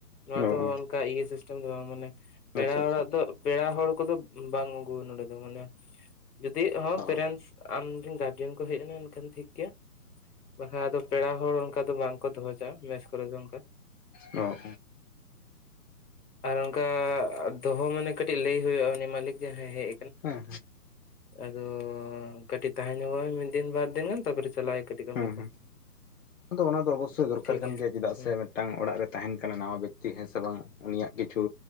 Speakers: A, on the left; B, on the left.
A: ᱱᱚᱣᱟ
B: ᱦᱩᱸ ᱚ
A: ᱫᱚ
B: ᱚ
A: ᱚᱝᱠᱟ ᱥᱤᱥ ᱟᱫᱚ ᱢᱟᱱᱮ
B: ᱟᱪᱪᱷᱟ
A: ᱯᱮᱲᱟ
B: ᱟᱪᱪᱷᱟ
A: ᱚᱲᱟᱜ ᱫᱚ ᱯᱮᱲᱟ ᱦᱚᱲ ᱠᱚᱫᱚ ᱵᱟᱝ ᱟᱹᱜᱩ ᱱᱚᱰᱮ ᱫᱚ ᱢᱟᱱᱮ, ᱡᱩᱫᱤ ᱦᱚᱸ
B: ᱚ
A: ᱯᱮᱨᱮᱱᱥ ᱟᱢ ᱨᱤᱱ ᱜᱟᱨᱡᱮᱱ ᱠᱚ ᱦᱮᱡ ᱮᱱᱟ ᱮᱱᱠᱷᱟᱱ ᱴᱷᱤᱠ ᱜᱮᱭᱟ, ᱵᱟᱠᱷᱟᱡ ᱟᱫᱚ ᱯᱮᱲᱟ ᱦᱚᱲ ᱚᱝᱠᱟ ᱫᱚ ᱵᱟᱝ ᱠᱚ ᱫᱚᱦᱚ ᱪᱚᱜᱟᱼᱟ, ᱢᱮᱥ ᱠᱚᱨᱮ ᱫᱚ ᱚᱱᱠᱟ
B: ᱚᱻᱚ᱾
A: ᱟᱨ ᱚᱝᱠᱟ ᱫᱳᱦᱳ ᱢᱟᱱᱮ ᱠᱟᱹᱴᱤᱡ ᱞᱟᱹᱭ ᱦᱩᱭᱩᱜᱼᱟ ᱩᱱᱤ ᱢᱟᱹᱞᱤᱠ ᱡᱟᱦᱟᱸᱭ ᱦᱮᱜ
B: ᱦᱮᱸ
A: ᱟᱫᱚᱻ ᱠᱟᱹᱴᱤᱜ ᱛᱟᱦᱮᱸ ᱧᱚᱜᱚᱜᱼᱟᱭ ᱢᱤᱫ ᱫᱤᱱ ᱵᱟᱨ ᱫᱤᱱ ᱜᱟᱱ ᱛᱟᱯᱚᱨᱮ ᱪᱟᱞᱟᱜ ᱟᱭ ᱠᱟᱹᱴᱤᱡ ᱠᱟᱹᱢᱤ
B: ᱦᱮᱸ
A: ᱠᱚ᱾
B: ᱦᱮᱸ ᱟᱫᱚ ᱚᱱᱟ ᱫᱚ ᱚᱵᱚᱥᱥᱳᱭ ᱫᱚᱨᱠᱟᱨ
A: ᱴᱷᱤᱠ
B: ᱠᱟᱱ ᱜᱮᱭᱟ ᱪᱮᱫᱟᱜ
A: ᱦᱩᱸ
B: ᱥᱮ ᱢᱤᱫᱴᱟᱝ ᱚᱲᱟᱜ ᱨᱮ ᱛᱟᱦᱮᱱ ᱠᱟᱱᱟ ᱱᱟᱣᱟ ᱵᱮᱠᱛᱤ ᱦᱮᱸ ᱥᱮ ᱵᱟᱝ ᱩᱱᱤᱭᱟᱜ ᱠᱤᱪᱷᱩ